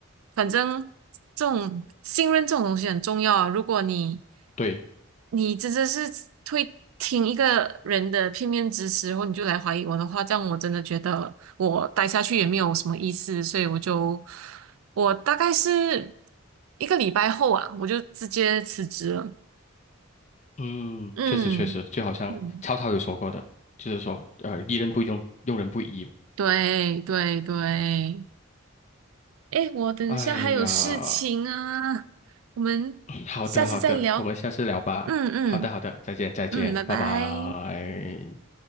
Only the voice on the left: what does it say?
对
嗯，
确实确实，就好像曹操有说过的，就是说，呃，疑人不用，用人不疑。
哎呀，
<clears throat> 好的好的，我们下次聊吧。
好的好的，再见再见，
拜拜。